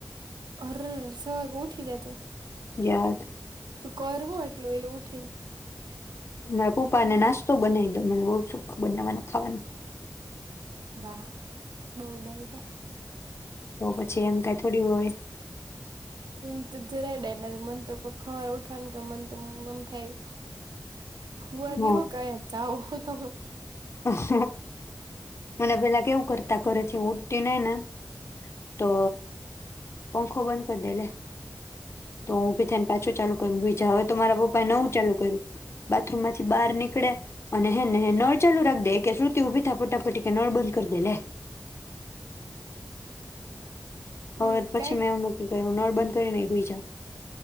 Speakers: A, on the right (about 85°); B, on the left (about 40°).
A: અરર સવાગમાં ઉઠી જા તું?
B: યાદ
A: કરવુ એટલું વહેલું ઉઠીન?
B: મારા પપ્પાને નાસ્તો બનાવી દો. મને બહ સુખ બનાવાનું ખાવાનું.
A: વાહ. બઉ ડાયરા
B: તો પછી એમ કઈ થોડી હોય.
A: હું તો જરાય ડર નહિ મન તો કોઈ ખવાર ઉઠવાની કે મન તો મન થાય. વા
B: હ
A: દઓ કયા ચાવો થવો.
B: હ મને પેલા કેવું કરતા ઘરેથી ઉડતી નઈ ને તો પંખો બંધ કરી દે લે તો હુભી થઈને પાછું ચાલુ કર બીજા તો મારા પપ્પાએ નવું ચાલુ કર્યું બાથરૂમ માંથી બહાર નીકળે અને હે ને ચાલુ રાખ દે કે શ્રુતિ ઉ બી થા ફટાફટી કે નોબંધ કરી દે લે. હવે
A: એ
B: પછી
A: કઈક
B: મેં એ મૂકી ગય નળબંધ કરીને હુઈજવ.